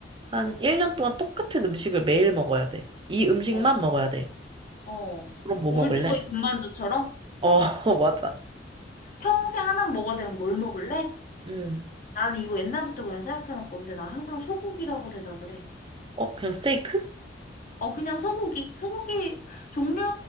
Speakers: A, on the right; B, on the left.
A: 한 1년 동안 똑같은 음식을 매일 먹어야 돼. 이 음식만
B: 어,
A: 먹어야 돼.
B: 어.
A: 그럼 뭐
B: 올드보이
A: 먹을래?
B: 군만두처럼
A: 응. 어, <laughs> 맞아.
B: 평생 하나 먹어야 되면 뭘 먹을래?
A: 음.
B: 나는 이거 옛날부터 그냥 생각해놨건데 나 항상 소고기라고 대답을 해.
A: 어, 그냥 스테이크?
B: 어, 그냥 소고기. 소고기 종류